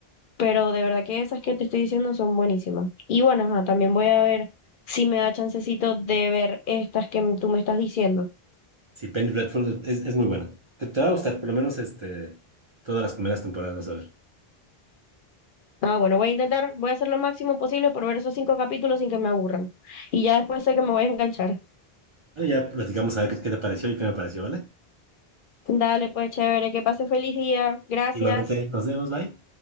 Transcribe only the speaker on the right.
Sí, Penny Dreadful es, es muy buena. Te, te va a gustar, por lo menos este, todas las primeras temporadas, vas a ver.
Bueno, Ya platicamos a ver qué, qué te pareció y qué me pareció, ¿vale?
Igualmente, nos vemos, bye.